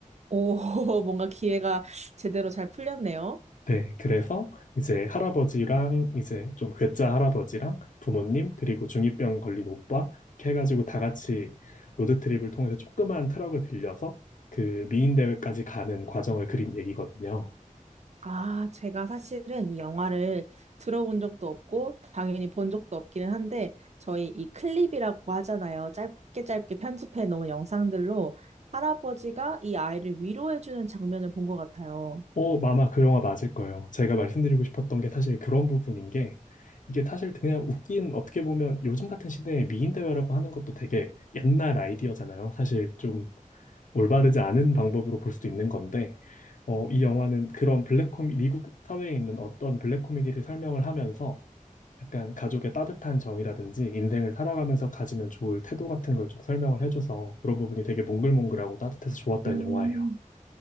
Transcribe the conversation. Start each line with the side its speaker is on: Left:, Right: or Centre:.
Right: 오, <laughs> 뭔가 기회가 제대로 잘 풀렸네요.
Left: 네, 그래서 이제 할아버지랑 이제 좀 괴짜 할아버지랑 부모님 그리고 중이병 걸린 오빠 이렇게 해가지고 다 같이 로드트립을 통해서 조그만 트럭을 빌려서 그 미인 대회까지 가는 과정을 그린 얘기거든요.
Right: 아, 제가 사실은 이 영화를 들어본 적도 없고, 당연히 본 적도 없기는 한데, 저희 이 클립이라고 하잖아요. 짧게 짧게 편집해 놓은 영상들로 할아버지가 이 아이를 위로해주는 장면을 본 것 같아요.
Left: 어, 마마 그 영화 맞을 거예요. 제가 말씀드리고 싶었던 게 사실 그런 부분인 게 이게 사실 그냥 웃긴 어떻게 보면 요즘 같은 시대에 미인 대회라고 하는 것도 되게 옛날 아이디어잖아요. 사실 좀 올바르지 않은 방법으로 볼 수도 있는 건데, 어, 이 영화는 그런 블랙 코미, 미국 사회에 있는 어떤 블랙 코미디를 설명을 하면서 약간 가족의 따뜻한 정이라든지 인생을 살아가면서 가지면 좋을 태도 같은 걸 좀 설명을 해줘서 그런 부분이 되게 몽글몽글하고 따뜻해서 좋았던
Right: 음.
Left: 영화예요.